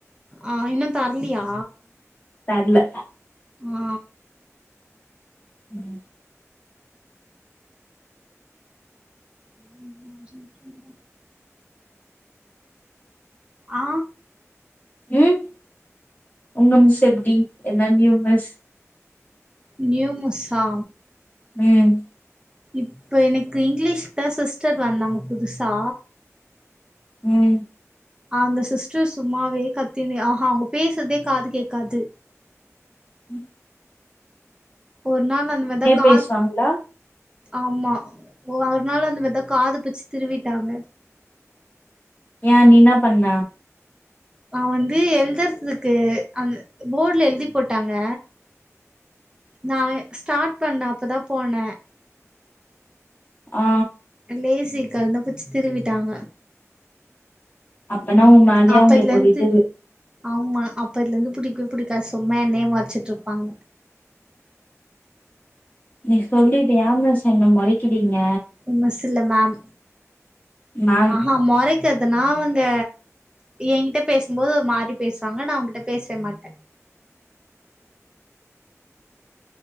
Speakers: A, on the right; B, on the left.
A: ஆ இன்னு தர்லியா
B: தர்ல
A: ஆ
B: ம்
A: ஆ இன்னு அஞ்சு நிம்ஷோதா ஆ
B: ம் உங்க மிஸ் எப்புடி என்ன நியூ மிஸ்
A: நியூ மிஸ்சா
B: ம்
A: இப்போ எனக்கு இங்கிலீஷதா சிஸ்டர் வந்தாங்க புதுசா
B: ம்
A: அந்த சிஸ்டர் சும்மாவே கத்தினு ஆஹா அவங்க பேசுறதே காது கேக்காது
B: ம்
A: ஒரு நாள் அந்த மாரிதா காது
B: பேசுவாங்களா
A: ஆமா ஓ அ ஒரு நாளு அந்த மாரிதா காது புச்சு திருவீட்டாங்க
B: ஏ நீ என்ன பண்ண
A: நா வந்து எழ்தற்துக்கு அந்த போட்ல எழுதி போட்டாங்க நா ஸ்டாட் பண்ண அப்போதா போன
B: ஆ
A: லேசிக்கல்னு புச்சு திருவீட்டாங்க
B: அப்பனா உ மேலயே
A: அப்பதுலருந்து
B: அவங்களுக்கு ஒரு இது
A: ஆமா அப்பத்துலருந்து புடிக்கவே பிடிக்காத் சும்மா எண்ணயே மொறச்சுட்ருப்பாங்க
B: நீ சொல்லிடு ஏ மிஸ் என்ன மொறைக்கிறீங்க
A: மிஸ்ல்ல மேம்
B: மேம்
A: ஆஹா மொறைக்கற்துனா அவுங்க எகிட்ட பேசும்போது ஒருமாரி பேசுவாங்க நா அவங்கிட்ட பேச மாட்டே